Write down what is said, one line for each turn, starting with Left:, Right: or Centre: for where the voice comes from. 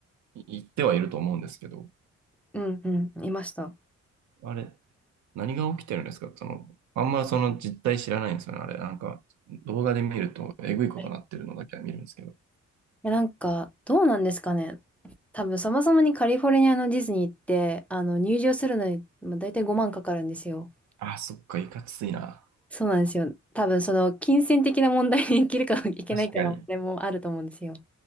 Right: 行ってはいると思うんですけど、
Centre: うんうん、いました。
Right: あれ、何が起きてるんですかその、あんまその実態知らないんですよね。あれ、なんか動画で見るとえぐいことなってるのだけは見るんですけど。
Centre: はい。え、なんか、どうなんですかね。多分、そもそもにカリフォルニアのディズニーって、あの、入場するのに、まあ、大体5万かかるんですよ。
Right: ああ、そっか、いかついな。
Centre: そうなんですよ。多分、その、金銭的な問題にいけるか <laughs> いけないかな、
Right: 確かに。
Centre: れもあると思うんですよ。